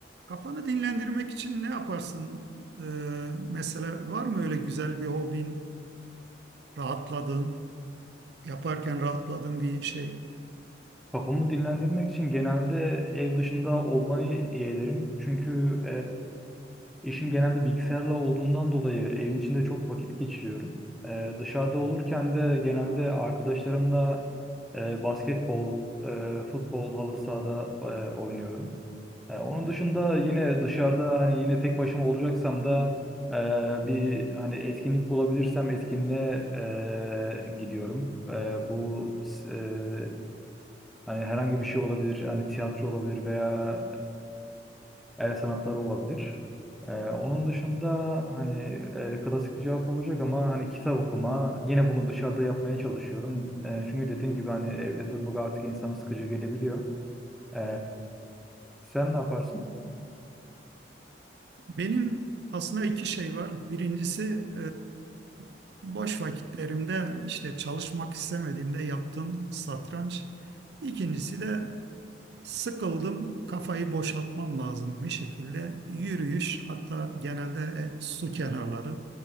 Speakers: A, on the right; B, in the centre.
A: Kafanı dinlendirmek için ne yaparsın? Ee, mesela var mı öyle güzel bir hobin, rahatladığın, yaparken rahatladığın bir şey?
B: Kafamı dinlendirmek için genelde ev dışında olmayı yeğlerim. Çünkü eee, işim genelde bilgisayarla olduğundan dolayı evin içinde çok vakit geçiriyorum. Eee, dışarıda olurken de genelde arkadaşlarımla eee, basketbol, eee, futbol, halı sahada eee, oynuyorum. Eee, onun dışında yine dışarıda hani yine tek başıma olacaksam da eee, bir hani etkinlik bulabilirsem etkinliğe eee, gidiyorum. Eee, bu eee Hani herhangi bir şey olabilir. Hani tiyatro olabilir veya e, el sanatları olabilir. E, onun dışında hani e, klasik bir cevap olacak ama hani kitap okuma. Yine bunu dışarıda yapmaya çalışıyorum. E, çünkü dediğim gibi hani evde durmak artık insana sıkıcı gelebiliyor. E, sen ne yaparsın?
A: Benim aslında iki şey var. Birincisi e, boş vakitlerimde işte çalışmak istemediğimde yaptığım satranç. İkincisi de Sıkıldım, kafayı boşaltmam lazım bir şekilde. Yürüyüş, hatta genelde e, su kenarları.